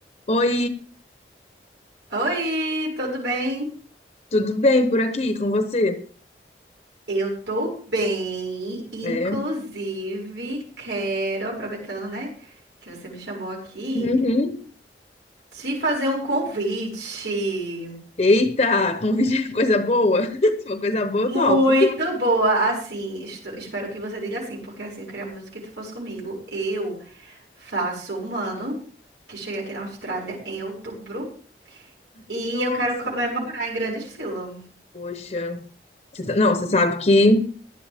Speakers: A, on the left (about 40°); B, on the right (about 90°).
A: Oi,
B: Oi, tudo bem?
A: tudo bem por aqui com você?
B: Eu tô bem, inclusive
A: É.
B: quero, aproveitando, né, que você me chamou aqui,
A: Uhum.
B: te fazer um convite.
A: Eita, convite <laughs> coisa boa. <laughs> Se for coisa boa,
B: Muito
A: eu topo.
B: boa, assim, estou- espero que você diga assim, porque assim, eu queria muito que tu fosse comigo. Eu faço um ano que cheguei aqui na Austrália em outubro e
A: Nossa,
B: eu quero comemorar em grande estilo.
A: poxa. Você sa- Não, você sabe que